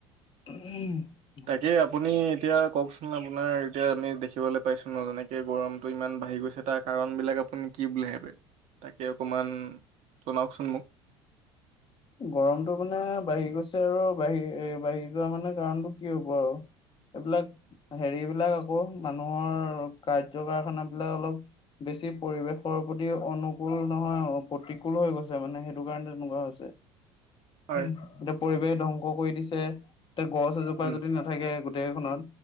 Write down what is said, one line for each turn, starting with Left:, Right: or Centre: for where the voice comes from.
Left: <unintelligible>
Right: তাকেই আপুনি এতিয়া কওকচোন আপোনাৰ এতিয়া আমি দেখিবলৈ পাইছোঁ ন' যেনেকে গৰমটো ইমান বাঢ়ি গৈছে। তাৰ কাৰণ বিলাক আপুনি কি বুলি ভাবে, তাকে অকমান জনাওকচোন মোক।
Left: গৰমটো মানে বাঢ়ি গৈছে আৰু বাঢ়ি এ বাঢ়ি যোৱা মানে কাৰণটো কি হব আৰু। এইবিলাক হেৰিবিলাক আকৌ মানুহৰ কাৰ্য কাৰখানা বিলাক অলপ বেছি পৰিৱেশৰ প্ৰতি অনুকুল নহয় আৰু প্ৰতিকূলো হৈ গৈছে মানে সেইটো কাৰণে তেনেকুৱা হৈছে।
Right: হয়।
Left: এতিয়া পৰিৱেশ ধ্বংস কৰি দিছে এতিয়া গছ এজোপা
Right: উম
Left: যদি নাথাকে গোটেইখনত।